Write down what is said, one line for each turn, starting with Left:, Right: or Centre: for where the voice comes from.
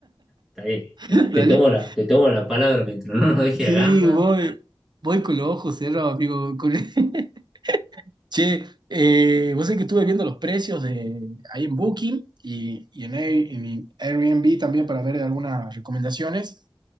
Centre: está bien.
Right: <laughs>
Centre: <laughs> Te
Right: ¿Dale?
Centre: tomo la, te tomo la palabra mientras no nos deje
Right: Sí,
Centre: a gamba.
Right: voy, voy con los ojos cerrados, amigo. con- <laughs> Che, eh, vos sabés que estuve viendo los precios de, ahí en Booking y, y en, Air- en Airbnb también para ver algunas recomendaciones.